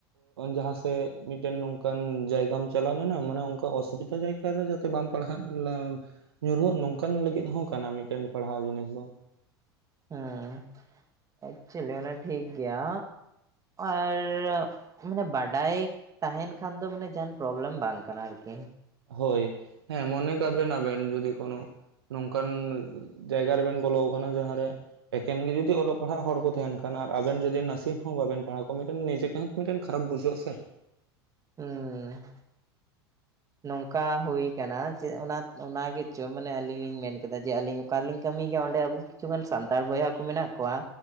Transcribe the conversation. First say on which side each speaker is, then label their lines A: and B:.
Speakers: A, on the right (about 80°); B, on the right (about 25°).
A: ᱡᱟᱦᱟᱸᱥᱮᱫ ᱢᱤᱫᱴᱮᱱ ᱱᱚᱝᱠᱟᱱ ᱡᱟᱭᱜᱟᱢ ᱪᱟᱞᱟᱣ ᱞᱮᱱᱟ ᱢᱟᱱᱮ ᱚᱱᱠᱟ ᱚᱥᱩᱵᱤᱫᱟ ᱡᱟᱭ ᱨᱮ ᱡᱟᱛᱮ ᱵᱟᱢ ᱯᱟᱲᱦᱟᱜ ᱞᱟ ᱧᱩᱨᱦᱩᱜ ᱱᱚᱝᱠᱟᱱ ᱞᱟᱹᱜᱤᱫ ᱦᱚᱸ ᱠᱟᱱᱟ ᱢᱤᱫᱴᱮᱱ ᱯᱟᱲᱦᱟᱣ ᱡᱤᱱᱤᱥ ᱫᱚ᱾
B: ᱦᱮᱸ ᱮᱠᱪᱮᱞᱤ ᱚᱱᱟ ᱴᱷᱤᱠ ᱜᱮᱭᱟ ᱟᱨ ᱢᱟᱱᱮ ᱵᱟᱰᱟᱭ ᱛᱟᱦᱮᱱ ᱠᱷᱟᱱ ᱫᱚ ᱢᱟᱱᱮ ᱡᱟᱦᱟᱱ ᱯᱨᱚᱵᱽᱞᱮᱢ ᱵᱟᱝ ᱠᱟᱱᱟ ᱟᱨᱠᱤ᱾
A: ᱦᱳᱭ ᱦᱮᱸ ᱢᱚᱱᱮ ᱠᱟᱜ ᱵᱮᱱ ᱟᱵᱮᱱ ᱡᱩᱫᱤ ᱠᱚᱱᱳ ᱱᱚᱝᱠᱟᱱ ᱡᱟᱭᱜᱟ ᱨᱮᱵᱮᱱ ᱵᱚᱞᱚ ᱟᱠᱟᱱᱟ ᱡᱟᱦᱟᱸᱨᱮ ᱮᱠᱷᱮᱱ ᱜᱮ ᱡᱩᱫᱤ ᱚᱞᱚᱜ ᱯᱟᱲᱦᱟᱜ ᱦᱚᱲ ᱠᱚ ᱛᱟᱦᱮᱱ ᱠᱷᱟᱱ ᱟᱨ ᱟᱵᱮᱱ ᱡᱩᱫᱤ ᱱᱟᱥᱮ ᱦᱚᱸ ᱵᱟᱵᱮᱱ ᱯᱟᱲᱦᱟᱣ ᱠᱚᱣᱟ ᱢᱤᱫᱴᱮᱱ ᱱᱤᱡᱮ ᱛᱮᱸᱦᱚ ᱛᱚ ᱢᱤᱫᱴᱟᱱ ᱠᱷᱟᱨᱟᱯ ᱵᱩᱡᱷᱜᱼᱟ ᱥᱮ᱾
B: ᱦᱩᱸ᱾ ᱱᱚᱝᱠᱟ ᱦᱩᱭ ᱠᱟᱱᱟ ᱪᱮᱫ ᱚᱱᱟ ᱚᱱᱟᱜᱪᱚ ᱢᱟᱱᱮ ᱟᱹᱞᱤᱧ ᱞᱤᱧ ᱠᱮᱫᱟ ᱡᱮ ᱟᱹᱞᱤᱧ ᱚᱠᱟᱨᱤᱞᱤᱧ ᱠᱟᱹᱢᱤ ᱜᱮᱭᱟ ᱚᱸᱰᱮ ᱟᱵᱚ ᱠᱤᱪᱷᱟᱱ ᱥᱟᱱᱛᱟᱲ ᱵᱚᱭᱦᱟ ᱠᱚ ᱢᱮᱱᱟᱜ ᱠᱚᱣᱟ